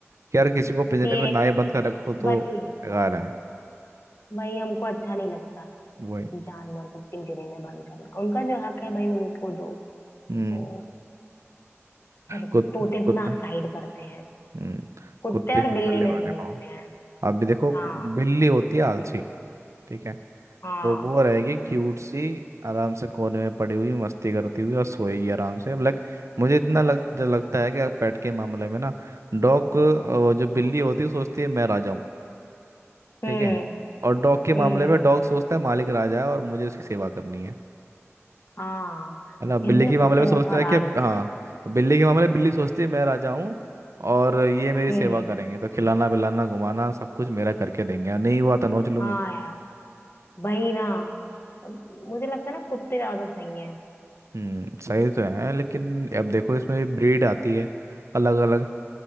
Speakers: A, on the right; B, on the left.
A: कि यार किसी को पिंजरे
B: ये
A: में ना ही बंद कर रखो तो
B: वही
A: बेकार है
B: वही हमको अच्छा नहीं लगता
A: वही
B: जानवर को पिंजरे में बंद करना उनका जो हक है भाई उनको दो तो
A: हम्म
B: चलो
A: कुत
B: तोते को
A: कुत्ता
B: ना साइड करते हैं
A: हम्म
B: कुत्ते
A: कुत्ते
B: और
A: और
B: बिल्ली
A: बिल्ली
B: में
A: को
B: से
A: देखो
B: सोचते हैं
A: अब भी देखो
B: हाँ
A: बिल्ली होती है आलसी ठीक है
B: हाँ
A: तो वो रहेगी क्यूट सी आराम से कोने में पड़ी हुई मस्ती करती हुई और सोएगी आराम से लाइक मुझे इतना लग जो लगता है कि पेट के मामले में ना डॉग जो बिल्ली होती है सोचती है मैं राजा हूँ
B: हम्म
A: ठीक है और डॉग के मामले
B: हम्म
A: में डॉग सोचता है मालिक राजा है और मुझे उसकी सेवा करनी है
B: हाँ कहते
A: है ना बिल्ली
B: हैं
A: के
B: ना
A: मामले
B: कुत्ते
A: में सोचता
B: वफादार
A: है कि
B: होते
A: हाँ
B: हैं
A: बिल्ली के मामले में बिल्ली सोचती है मैं राजा हूँ और ये मेरी
B: हम्म
A: सेवा करेंगे तो खिलाना पिलाना घुमाना सब कुछ मेरा करके देंगे और नहीं हुआ तो नोच लूंगी
B: हाँ यार वही ना मुझे लगता है ना कुत्ते ज्यादा सही हैं
A: हम्म सही तो है लेकिन अब देखो इसमें भी ब्रीड आती है अलग अलग